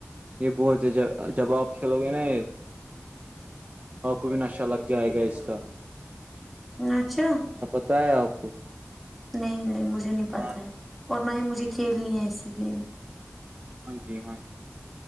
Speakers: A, on the right; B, in the centre.
A: یہ بہت ہے جب آپ کھیلو گے نا یہ <unintelligible> کو بھی ن اچھا لگ جائے گا اس کا
B: اچھا
A: پتہ ہے آپ کو
B: نہیں نہیں مجھے نہیں پتا
A: ہاں
B: ہے اور نہ یہ مجھے کھیلنی ہے ایسی گیم
A: ہاں جی ہاں جی